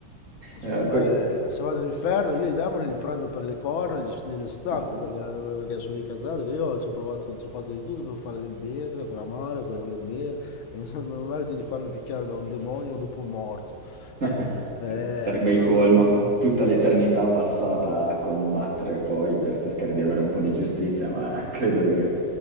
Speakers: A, on the left; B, on the right.
A: Secondo
B: Eh,
A: me,
B: poi...
A: eh, se vado all'inferno, io i demoni li prendo per le corna, gli, gliele stacco
B: <laughs>
A: perché, perché sono incazzato, che io ci ho provato, ci ho fatto di tutto per fare del bene, per amare, per voler bene, e non, so- non merito di farmi picchiare da un demonio dopo morto.
B: <laughs>
A: Cioè, eh,
B: Sarebbe il
A: no,
B: colmo,
A: no, no, no.
B: tutta l'eternità passata a combattere poi per cercare di avere un po' di giustizia, ma <laughs> credo che